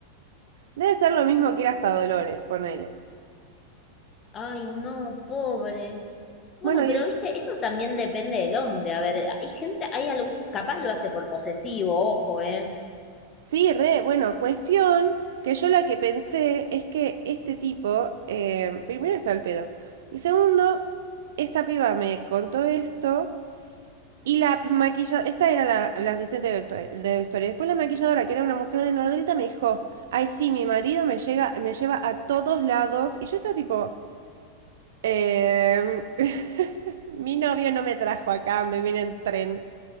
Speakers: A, on the right; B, on the left.
A: Debe ser lo mismo que ir hasta Dolores, ponele.
B: Ay, no, pobre. Bueno,
A: Bueno,
B: pero
A: y
B: viste, eso también depende del hombre. A ver, hay gente, hay algún, capaz lo hace por posesivo, ojo, ¿eh?
A: Sí, re, bueno, cuestión que yo la que pensé es que este tipo, eh, primero está el pedo, y segundo, esta piba me contó esto y la maquilladora, esta era la, la asistente de vestu- de vestuario, después la maquilladora, que era una mujer de Nordelta, me dijo, ay, sí, mi marido me llega, me lleva a todos lados, y yo estaba tipo, "Em, <laughs> mi novio no me trajo acá, me vine en tren.